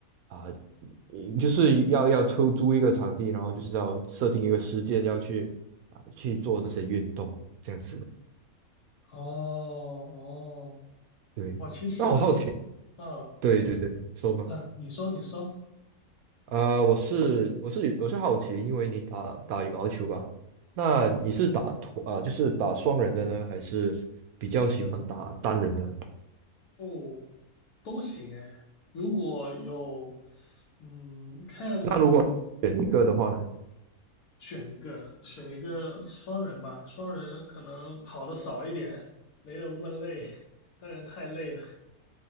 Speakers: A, on the right; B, on the left.
A: 啊、嗯就是要要抽租一个场地，然后就是要设定一个时间要去啊、去做这些运动这样子的。
B: 哦哦，
A: 对，
B: 我其实，
A: 那我好奇，
B: 嗯
A: 对对对，说吧。
B: 嗯，你说你说，
A: 啊、我是我是我是好奇，因为你打打羽毛球吧，那你是打团啊、就是打双人的呢，还是比较喜欢打单人的呢？
B: 哦都行哎，如果有，嗯，看有
A: 那如果选一个的话呢？
B: 选一个，选一个双人吧，双人可能跑的少一点，没有那么累，当然太累了。